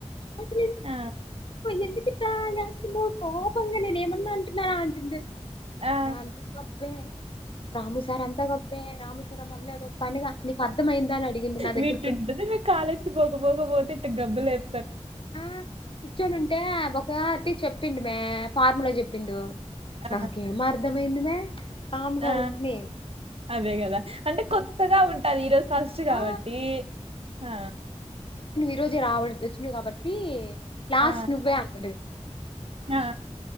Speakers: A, on the left; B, on the right.
A: <unintelligible>
B: ఆ
A: ఎందుకు ఇట చేస్తున్నావ్ కోపంగా నేను ఏమన్నా అంటున్నారా అంటుండు
B: ఆ
A: నాన్ గుఖప్ పే రాము సార్ అంతా గప్పె రాము సార్ మళ్ళీ అదొక పనిగా నీకు అర్థమయిందా అని అడిగిండు నా దగ్గరకు
B: మీటుంటది మీ కాలేజీకి పోకపోకపోతే ఇటు గబ్బు లేప్
A: ఆ కూర్చోనుంటే ఒక ఆటి చెప్ చెప్పిండు మే ఫార్ములా చెప్పిండు
B: ఆ
A: నాకు ఏం మర్దం ైందమ కామ్
B: ఆ
A: గా వుంట్ని
B: అదే కదా అంటే కొత్తగా ఉంటాది ఈరోజు ఫస్ట్ కాబట్టి
A: ఆ
B: ఆ
A: ఈరోజే రావ్ వచ్చిన కాబట్టి లాస్ట్
B: ఆ
A: నువ్వే అంటాడు
B: ఆ